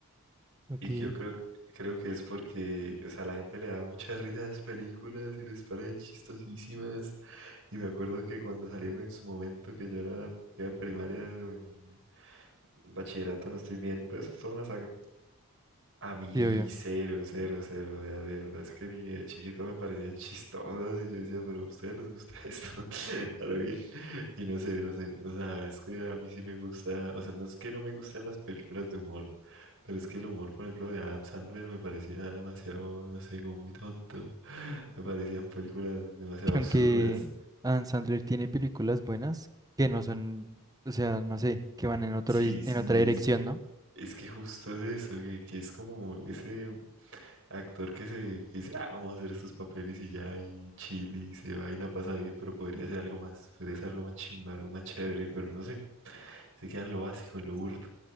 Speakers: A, on the right; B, on the right.
A: Ok,
B: Y que yo creo, creo que es porque, o sea, la gente le da mucha risa a las películas y les parecen chistosísimas. Y me acuerdo que cuando salieron en su momento, que yo era, iba en primaria o en bachillerato, no estoy bien, pero eso es toda una saga. A mí
A: Sí, obvio.
B: cero, cero, cero, o sea, de verdad es que ni de chiquito me parecían chistosas y yo decía, pero a ustedes les gusta esto, <laughs> a lo bien, y no sé, no sé, o sea, es que a mí sí me gusta, o sea, no es que no me gusten las películas de humor, pero es que el humor, por ejemplo, de Adam Sandler me parecía demasiado, no sé, como muy tonto, <laughs> me parecían películas demasiado
A: Aunque
B: absurdas.
A: Adam Sandler tiene películas buenas que no son, o sea, no sé, que van en otro,
B: Sí,
A: dis-
B: sí,
A: en otra dirección,
B: es,
A: ¿no?
B: Es que justo es eso, que, que es como ese actor que se que dice, ah, vamos a hacer estos papeles y ya, y chill, y se va y la pasa bien, pero podría ser algo más, podría ser algo más chimba, algo más chévere, pero no sé, se queda en lo básico, en lo burdo.